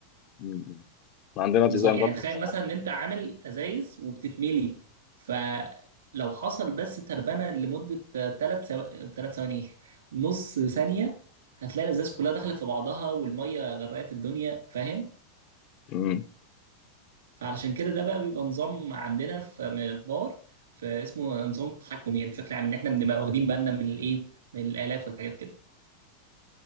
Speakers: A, on the left; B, on the right.
A: م- م. عندنا
B: بالظبط
A: ديزاين
B: يعني
A: برضه
B: تخيل
A: للموضوع
B: مثلا
A: ده
B: ان انت عامل ازايز وبتتملي فلو حصل بس تربنه لمده ثلاث ثو... ثلاث ثواني ايه نص ثانيه هتلاقي الازاز كلها دخلت في بعضها والميه غرقت الدنيا فاهم
A: م- م.
B: فعلشان كده ده بقى بيبقى نظام عندنا في م- في باور فاسمه نظام التحكم يعني بشكل عام ان احنا بنبقى واخدين بالنا من الايه من الالات والحاجات كده